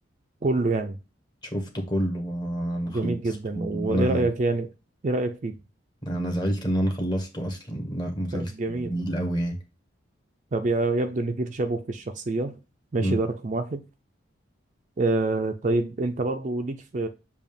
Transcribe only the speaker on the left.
شفته كله آه، انا
خلصته
وانا
انا زعلت ان انا خلصته اصلا لا مسلسل
جميل قوي يعني
مم.